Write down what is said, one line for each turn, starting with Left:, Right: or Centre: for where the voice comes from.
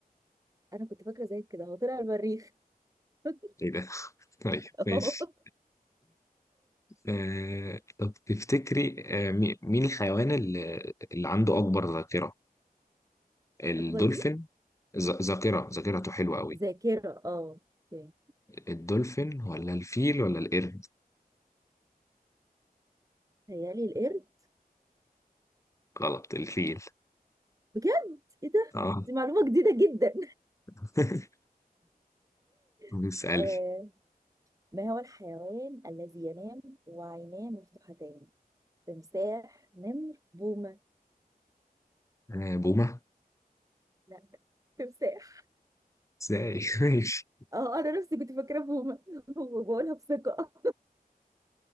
Right: أنا كنت فاكرة زي كده هو طلع المريخ <laughs>
Left: ايه ده <laughs> طيب
Right: آه،
Left: ماشي آه طب تفتكري آه مي- مين الحيوان اللي, اللي عنده أكبر ذاكرة الدولفين
Right: أكبر إيه؟
Left: ذ- ذاكرة ذاكرته حلوة قوي
Right: ذاكرة اه اوكي
Left: الدولفين ولا الفيل ولا القرد
Right: تهيألي القرد
Left: غلط الفيل
Right: بجد إيه ده؟
Left: اه
Right: دي معلومة جديدة جدا
Left: <laughs> بيسألي
Right: <laughs> آه، ما هو الحيوان الذي ينام وعيناه مفتوحتان؟ تمساح نمر بومة
Left: آه بومة
Right: لا تمساح
Left: ازاي <laughs> ماشي
Right: اه انا نفسي كنت فاكره بومه <laughs> وبقولها بثقه